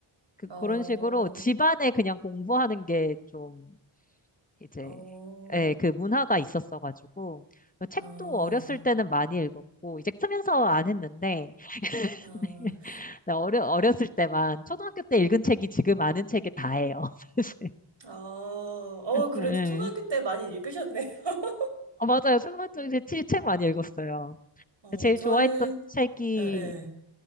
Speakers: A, on the left (about 15°); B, on the right (about 60°).
A: 그,
B: 어,
A: 그런 식으로 집안에 그냥 공부하는 게 좀 이제,
B: 어,
A: 예, 그 문화가 있었어가지고, 책도
B: 아,
A: 어렸을
B: 네.
A: 때는 많이 읽었고, 이제 크면서 안 했는데,
B: 아,
A: <laughs> 나 어려, 어렸을 때만, 초등학교 때 읽은 책이 지금 아는 책이 다예요, <laughs> 사실.
B: 어, 어, 그래도
A: 예.
B: 초등학교 때 많이 읽으셨네요. <laughs>
A: 어, 맞아요. 초등학교 때 책 많이 읽었어요.
B: 어,
A: 그러니까 제일
B: 저는,
A: 좋아했던 책이
B: 예, 예.